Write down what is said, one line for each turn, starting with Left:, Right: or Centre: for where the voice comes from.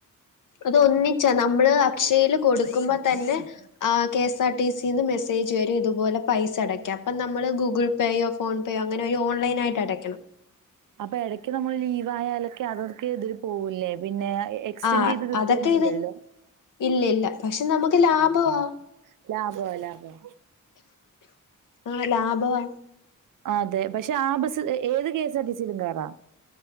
Left: അത് ഒന്നിച്ചാ നമ്മള് അക്ഷയില് കൊടുക്കുമ്പോ തന്നെ ആ കെഎസ്ആർ ടി സി നിന്ന് മെസ്സേജ് വരും ഇതുപോലെ പൈസ അടക്കാൻ അപ്പ നമ്മള് ഗൂഗിൾപേയോ ഫോൺ പേയോ അങ്ങനെ ഓൺലൈനായിട്ട് അടയ്ക്കണം
Right: അപ്പൊ ഇടയ്ക്ക് നമ്മൾ ലീവ് ആയാലൊക്കെ അതൊക്കെ ഇതില് പോവൂല്ലേ പിന്നെ എക്സൻ്റ്
Left: ആഹ്
Right: ചെയ്ത് കിട്ടോന്നില്ലല്ലോ
Left: അതൊക്കെ ഇത് ഇല്ല ഇല്ല പക്ഷെ നമുക്ക് ലാഭവാ
Right: ആ ആ ലാഭാ ലാഭാ
Left: ആ ലാഭവാ
Right: ആ അതെ പക്ഷെ ആ ബസ് ഏത് കെ എസ് ആർ ടി സും കേയറാ